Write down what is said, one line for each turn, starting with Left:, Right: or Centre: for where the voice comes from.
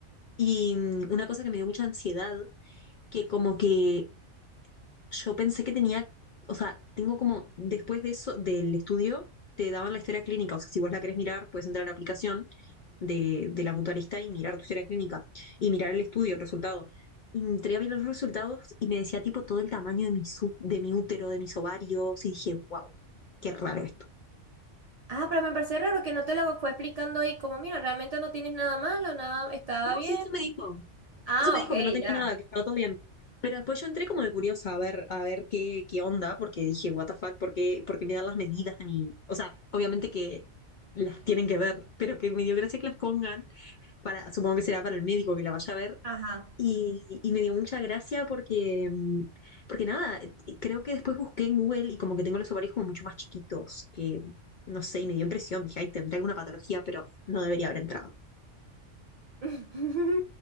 Left: Y mm, una cosa que me dio mucha ansiedad, que como que yo pensé que tenía, o sea, tengo como, después de eso, del estudio, te daban la historia clínica. O sea, si vos la querés mirar, puedes entrar a la aplicación de, de la mutualista y mirar tu historia clínica y mirar el estudio, el resultado. Y entré a ver los resultados y me decía tipo todo el tamaño de mi, su- de mi útero, de mis ovarios y dije, wow, qué raro esto.
Right: Ah, pero me parece raro que no te lo fue explicando ahí, como mira, realmente no tienes nada malo, nada, está
Left: No,
Right: bien.
Left: sí, eso me dijo.
Right: Ah,
Left: Eso me dijo
Right: ok,
Left: que no tenía
Right: ya.
Left: nada, que estaba todo bien. Pero después yo entré como de curiosa a ver, a ver qué, qué onda, porque dije, what the fuck, ¿por qué, por qué me dan las medidas de mi... O sea, obviamente que las tienen que ver, pero que me dio gracia que las pongan para, supongo que será para el médico que la vaya a ver
Right: Ajá.
Left: Y, y me dio mucha gracia porque, mm, porque nada, eh, creo que después busqué en Google y como que tengo los ovarios como mucho más chiquitos, que no sé, y me dio impresión, dije, ay, tendré alguna patología, pero no debería haber entrado.
Right: <laughs>